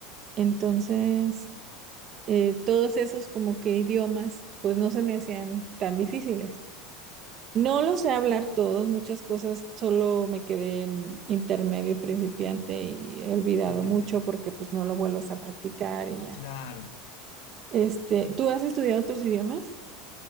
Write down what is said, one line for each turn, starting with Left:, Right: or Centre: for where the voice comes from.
Right: Entonces,
Left: Ah,
Right: eh, todos esos como que idiomas, pues no se me hacían tan difíciles no lo sé hablar todos, muchas cosas solo me quedé en intermedio principiante y he olvidado
Left: <laughs>
Right: mucho porque pues no lo vuelves a practicar y ya.
Left: Claro.
Right: Este, ¿tú has estudiado otros idiomas?